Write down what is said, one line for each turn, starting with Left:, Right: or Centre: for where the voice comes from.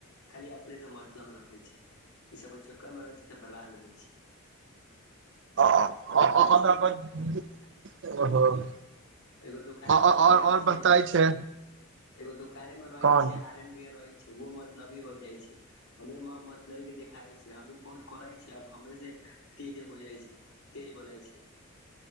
Left: खाली अपनेे से मतलब रखे छी ई सब कऽ चक्कर मे रहै छि तऽ बर्बाद हो जाइ छी
Right: <unintelligible>
Left: रखै छै एगो दुकान
Right: और
Left: मऽ एगोर रहै
Right: और
Left: छिय।
Right: बताय छै
Left: एगो दुकाने मे रहै
Right: कोन
Left: छै। आर एन भैया रहै छै। ओहो मतलबी हो जाइ छै। हमे मतले के देखाइ छै। हमे बहुत करै छै। अब हमरे से तेज हो जाइ छै। तेज बनाय छै।